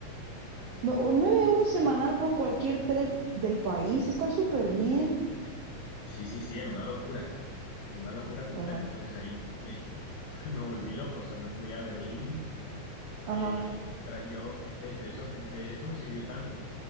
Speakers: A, on the right (about 85°); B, on the left (about 75°).
A: No, o nueve euros semanal por cualquier tren del país. Está súper bien.
B: Sí, sí, sí, era una locura, una locura completa.
A: Ajá,
B: Entonces ahí <laughs> me, me volví loco, o sea, me fui a Berlín.
A: ajá.
B: eh, tra- yo, de hecho, eso, eh, de- eso me sirvió tanto